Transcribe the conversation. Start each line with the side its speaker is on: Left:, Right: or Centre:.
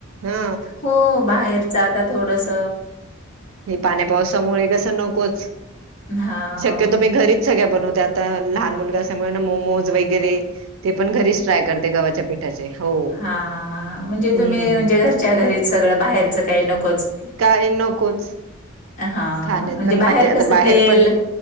Right: हा.
Left: हो बाहेरच आता थोडंस.
Right: हे पाण्या पावसामुळे कसं नकोच.
Left: हां.
Right: शक्यतो मी घरीच सगळ्या बनवत्या आता लहान मुलगा असल्यामुळे ना मोमोज वगैरे. ते पण घरीच ट्राय करते गव्हाच्या पिठाचे हो.
Left: हा हा, म्हणजे
Right: हम्म
Left: तुम्ही म्हणजे घरच्या घरीच सगळं, बाहेरचं काही नकोच.
Right: काही नकोच.
Left: हा,
Right: खाण्यात
Left: म्हणजे
Right: पण
Left: बाहेर
Right: आता
Left: कसं
Right: बाहेर
Left: तेल,
Right: पण